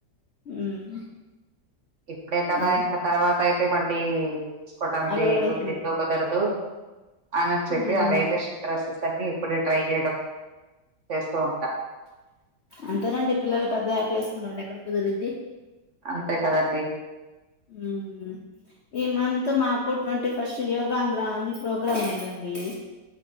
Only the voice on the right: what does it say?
ఇప్పుడే కదా
ఇంకా తర్వాత అయితే మళ్ళీ తీసుకోడానికి
కుదిరిదో కుదరదు అనని చెప్పి
ఆ లేటెస్ట్ డ్రస్సెస్ సన్నీ ఇప్పుడే ట్రై చేయడం చేస్తూ ఉంటా
అంతే కదండి